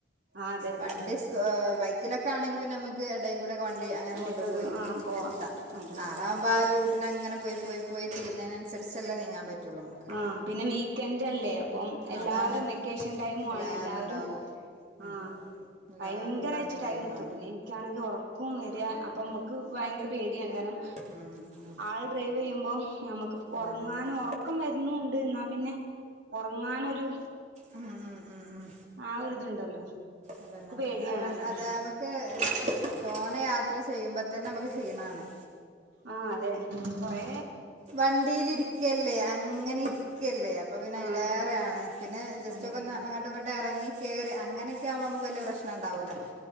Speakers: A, on the right (about 80°); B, on the right (about 40°).
A: ആഹ് അതെ അതെ
B: വണ്ടി സ്ക് ബൈക്കിലൊക്കെ ആണെങ്കി പിന്നെ നമുക്ക് എടെ കൂടെ ഒക്കെ വണ്ടി അങ്ങനെ
A: എടക്കൊരു
B: കൊണ്ടു പോയി
A: ആഹ് പോവാം
B: എത്താം
A: അതെ
B: കാറാവുമ്പോ
A: അതെ
B: ആ റൂട്ടിന് അങ്ങനെ പോയി പോയി പോയി തീർണെന് അനുസരിച്ചല്ലെ നീങ്ങാൻ പറ്റുള്ളൂ നമുക്ക്.
A: ആഹ് പിന്നെ വീക്കെൻഡല്ലേ അപ്പം എല്ലാവരും
B: അതാണ്
A: വെക്കേഷൻ ടൈമു
B: എല്ലാരുണ്ടാകും
A: ആണ് എല്ലാവരും
B: ഉം
A: ആഹ്
B: എല്ലാരും
A: ഭയങ്കരായിട്ട്
B: ഉണ്ടാവണ
A: ടൈം
B: ടൈമാണ്
A: എടുത്തു പിന്നെ എനിക്കാണെങ്കി ഉറക്കോം വെ ര അപ്പം നമുക്ക് ഭയങ്കര പേടിയാണ് കാരണം
B: ഉം ഉം
A: ആൾ ഡ്രൈവെയ്യുമ്പോ ഞമ്മുക്ക്
B: അതന്നെ
A: ഒറങ്ങാനും
B: അതന്നെ
A: ഒറ ക്കം വരുന്നും ഉണ്ട് എന്നാ പിന്നെ ഉറങ്ങാനൊരു
B: ഉം ഉം ഉം ഉം
A: ആ ഒരിതുണ്ടല്ലോ
B: അതന്നെ
A: ക്ക്
B: അതന്നെ
A: പേടിയാണല്ലോ
B: അ വേ അതമ്മക്ക് ത്ത് തോന യാത്ര ചെയ്യുമ്പതന്നെമക്ക് ക്ഷീണണ്
A: ആഹ് അതെ കൊറെ
B: വണ്ടിലിര്ക്യല്ലേ അങ്ങനെ ഇര്ക്യല്ലേ അപ്പൊ പിന്നയ്ലേറെയാണ്
A: ആഹ്
B: പിന്നെ ജസ്റ്റൊക്കൊന്ന്
A: അതെ അതെ
B: അങ്ങട്ടു ഇങ്ങട്ടറങ്ങി കേറി അങ്ങനക്യാവുമ്പോ മക്ക് വല്യ പ്രശ്നംണ്ടാവുല